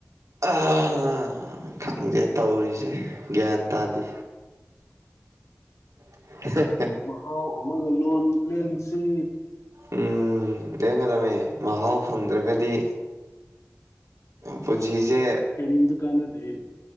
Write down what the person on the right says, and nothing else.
ꯑꯥ ꯈꯪꯗꯦ ꯇꯧꯔꯤꯖꯦ ꯒ꯭ꯌꯥꯟ ꯇꯥꯗꯦ <unintelligible>
ꯎꯝ ꯂꯦꯡꯒꯗꯕꯅꯦ ꯃꯍꯥꯎ ꯐꯪꯗ꯭ꯔꯒꯗꯤ ꯄꯨꯟꯁꯤꯁꯦ